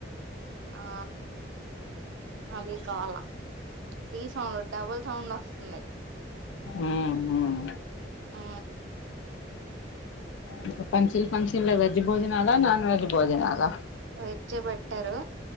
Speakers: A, on the right; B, on the left.
A: ఆ అది కావలా ఈ సౌ డబుల్ సౌండ్ ఒస్తుంది
B: ఉమ్ హ్
A: ఊ
B: ఇంక పంచల్ ఫంక్షన్లో వెజ్ భోజనాలా నాన్ వెజ్ భోజనాలా
A: వెజ్జే పెట్టారు